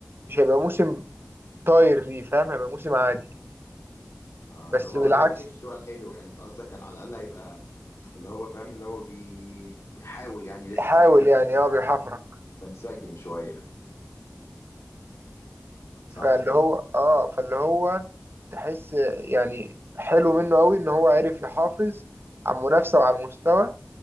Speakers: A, on the right (about 50°); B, on the left (about 80°).
A: مش هيبقى موسم طاير ليه فاهم هيبقى موسم عادي
B: اه اللي
A: بس
B: هو
A: بالعكس
B: ولا وحش ولا حلو يعني انت قصدك كان على الاقل هيبقى اللي هو فاهم اللي هو بي... بيحاول يعني
A: بيحاول
B: لسه ايه
A: يعني اه بيحفرك
B: منسجم شوية صح؟
A: فاللي هو اه فاللي هو تحس يعني حلو منه قوي ان هو عرف يحافظ على المنافسه وعلى المستوى